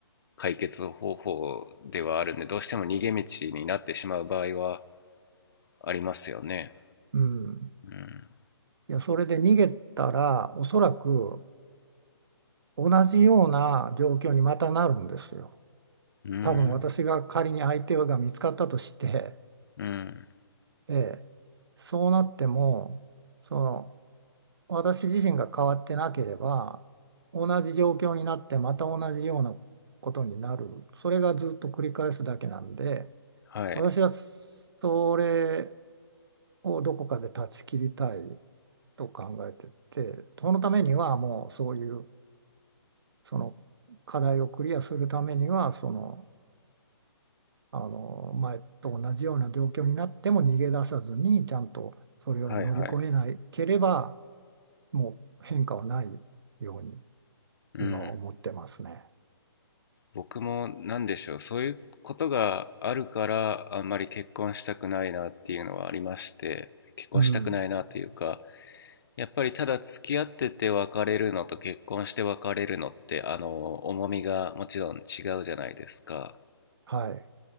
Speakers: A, on the left; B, on the right.
A: 解決方法ではあるんでどうしても逃げ道になってしまう場合はありますよね。
B: うん。
A: うん、
B: いや、それで逃げたら、おそらく同じような状況にまたなるんですよ。
A: うん、
B: 多分私が仮に相手が見つかったとして、
A: うん、
B: ええ、そうなっても、その私自身が変わってなければ、同じ状況になってまた同じようなことになる。それがずっと繰り返すだけなんで、
A: はい、
B: 私はそれをどこかで断ち切りたいと考えてて、そのためにはもうそういうその課題をクリアするためには、その、あの前と同じような状況になっても逃げ出さずに、ちゃんとそれを乗り越えなければ、
A: はい、はい、
B: もう変化はないように
A: うん。
B: 今は思ってますね。
A: 僕もなんでしょう、そういうことがあるからあんまり結婚したくないなっていうのはありまして、結婚したくないなというか、
B: うん、
A: やっぱりただ付き合ってて別れるのと結婚して別れるのってあの重みがもちろん違うじゃないですか。
B: はい、